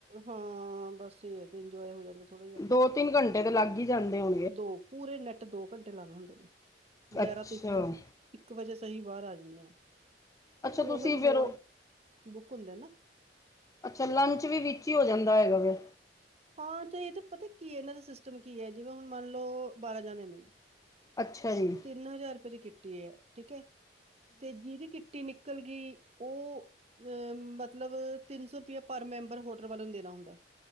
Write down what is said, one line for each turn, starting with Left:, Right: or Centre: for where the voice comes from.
Right: ਹਾਂ ਬਸ ਏ ਐ ਕਿ ਇੰਜੋਏ ਹੋ ਜਾਂਦਾ ਥੋੜ੍ਹਾ ਜੇਆ।
Left: ਦੋ-ਤਿੰਨ ਘੰਟੇ ਤਾਂ ਲੱਗ ਈ ਜਾਂਦੇ ਆ।
Right: ਦੋ ਪੂਰੇ ਨੈੱਟ ਦੋ ਘੰਟੇ ਲਾਣੇ ਹੁੰਦੇ ਨੇ ਗਿਆਰਾਂ
Left: ਅੱਛਾ,
Right: ਤੋਂ ਇੱਕ ਇੱਕ ਵਜੇ ਸਹੀ ਬਾਰ ਆ ਜਾਂਦੇ ਐ
Left: ਅੱਛਾ
Right: ਓ
Left: ਤੁਸੀਂ
Right: ਓਨਾਂ ਨੇ
Left: ਫੇਰ
Right: ਹੋਲ ਬੁੱਕ ਹੁੰਦੇ ਨਾ
Left: ਅੱਛਾ ਲੰਚ ਵੀ ਵਿੱਚ ਈ ਹੋ ਜਾਂਦਾ ਹੈਗਾ ਫੇਰ
Right: ਹਾਂ ਤੇ ਏ ਤਾਂ ਪਤਾ ਕੀ ਐ ਇਨਾਂ ਦਾ ਸਿਸਟਮ ਕੀ ਐ ਜਿਵੇਂ ਹੁਣ ਮੰਨਲੋ ਬਾਰਾਂ ਜਾਣੇ ਨੇ
Left: ਅੱਛਾ ਜੀ।
Right: ਤਿੰਨ ਹਜ਼ਾਰ ਰੁਪਏ ਦੀ ਕਿੱਟ ਈ ਐ ਠੀਕ ਐ ਤੇ ਜਿਦੀ ਕੀ ਟੀ ਨਿਕਲ ਗਈ ਓ ਅ ਮਤਲਬ ਤਿੰਨ ਸੌ ਰੁਪਇਆ ਪਰ ਮੈਂਬਰ ਹੋਟਲ ਵਾਲੇ ਨੂੰ ਦੇਣਾ ਹੁੰਦੈ।